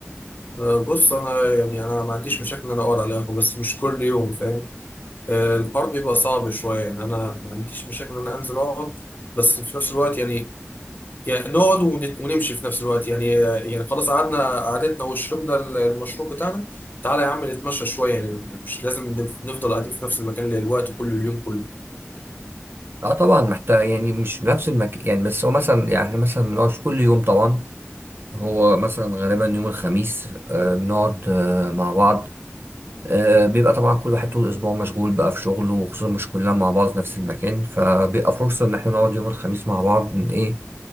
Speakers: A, on the left; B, on the right.
A: آه بص أنا يعني أنا ما عنديش مشاكل إن أنا أقعد على القهوة بس مش كل يوم فاهم آه، الحوار بيبقى صعب شوية يعني أنا ما عنديش مشاكل إن أنا أنزل أقعد بس في نفس الوقت يعني يعني نقعد ونت- ونمشي في نفس الوقت يعني يعني خلاص قعدنا قعدتنا وشربنا ال- المشروب بتاعنا تعالى يا عم نتمشى شوية يعني مش لازم نف- نفضل قاعدين في نفس المكان للوقت كل اليوم كله
B: لا طبعا محتاج يعني مش بنفس المكان يعني بس هو مثلا يعني احنا مثلا بنقعد كل يوم طبعا هو مثلا غالبا يوم الخميس آه، بنقعد آه، مع بعض آه، بيبقى طبعا كل واحد طول الاسبوع مشغول بقى في شغله وخصوصا مش كلنا مع بعض في نفس المكان فبيبقى فرصه ان احنا نقعد يوم الخميس مع بعض إن ايه